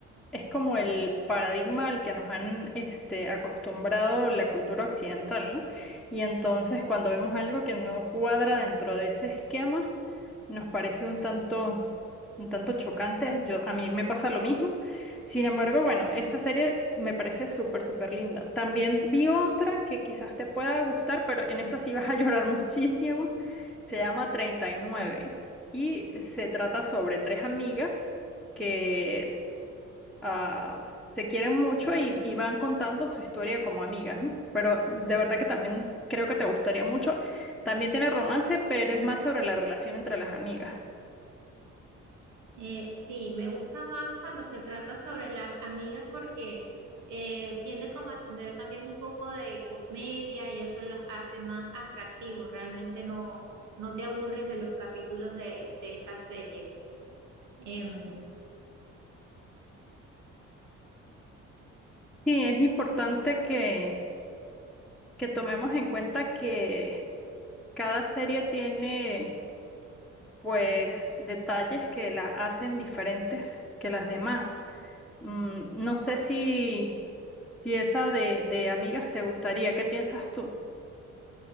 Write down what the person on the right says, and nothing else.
Eh, sí, me gusta más cuando se trata sobre las amigas porque eh, tiende como a tener también un poco de comedia y eso los hace más atractivos. Realmente no, no te aburres de los capítulos de, de esas series. Em,